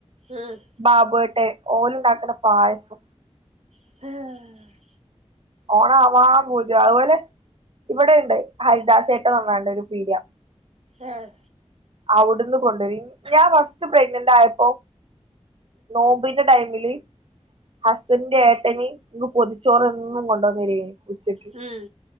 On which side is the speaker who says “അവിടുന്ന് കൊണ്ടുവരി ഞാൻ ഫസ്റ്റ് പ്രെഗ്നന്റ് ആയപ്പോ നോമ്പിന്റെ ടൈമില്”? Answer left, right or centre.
Right